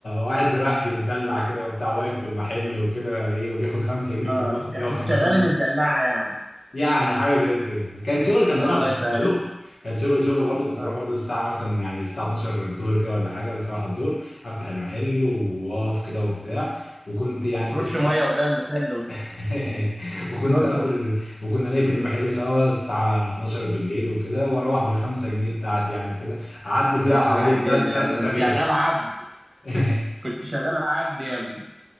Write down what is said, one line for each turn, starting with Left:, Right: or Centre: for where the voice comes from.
Left: واحد رايح بيتدلع كده وبتاع واقف في المحل وكده ايه وبياخد 5 جنيه في
Right: آه،
Left: اليوم بياخد
Right: يعني
Left: 150
Right: كنت شغال المدلعه
Left: جنيه
Right: يعني
Left: يعني حاجه زي كده كان شغل كان دلع
Right: الله
Left: بس
Right: يسهل
Left: كان شغل كان شغل شغل برضه كنت
Right: اه
Left: بروح برضه الساعه مثلا يعني الساعه 12 الظهر كده ولا حاجه ولا الساعه 1 الظهر افتح المحل واقف كده وبتاع وكنت يعني
Right: بترش
Left: كنت
Right: ميه قدام المحل
Left: <laughs> وكنت
Right: وتكنسه
Left: قافل وكنا نقفل المحل سوا الساعه 12 بالليل وكده واروح بالخمسة جنيه بتاعتي يعني وكده قعدت
Right: ولع
Left: فيها حوالي
Right: الدنيا
Left: ثلاث ثلاث
Right: انت
Left: اسابيع
Right: كنت شغال عبد
Left: <laughs>
Right: كنت شغال عبد يا ابني